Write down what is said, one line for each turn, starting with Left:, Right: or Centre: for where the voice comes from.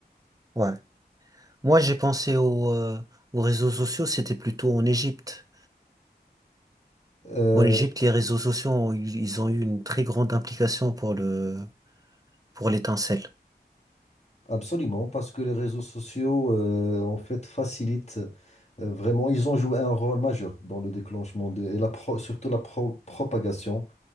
Right: ouais. Moi, j'ai pensé au, euh, aux réseaux sociaux, c'était plutôt en Égypte.
Left: euh,
Right: En Égypte, les réseaux sociaux, ont eu- ils ont eu une très grande implication pour le, pour l'étincelle.
Left: absolument, parce que les réseaux sociaux, euh, en fait, facilitent euh, vraiment. Ils ont joué un rôle majeur dans le déclenchement de- et la pro- surtout la pro- propagation.